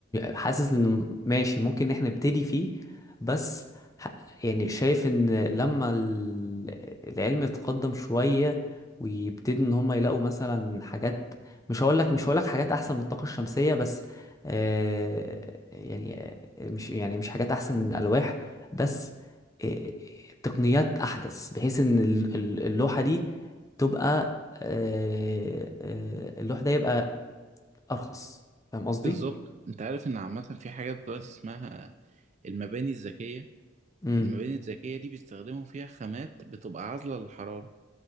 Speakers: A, on the left; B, on the right.
A: حاسس ان ماشي ممكن ان احنا نبتدي فيه بس ح- يعني شايف ان لما ال- العلم يتقدم شوية ويبتدي ان هم يلاقوا مثلا حاجات مش هقول لك مش هقول لك حاجات احسن من الطاقة الشمسية بس آه، يعني آه، مش يعني مش حاجات احسن من الالواح بس آه، تقنيات احدث بحيث ان ال- ال- اللوحة دي تبقى آه، آه، اللوح ده يبقى ارخص فاهم قصدي
B: بالظبط أنت عارف إن عامة في حاجات دلوقتي اسمها المباني الذكية
A: امم
B: المباني الذكية دي بيستخدموا فيها خامات بتبقى عازلة للحرارة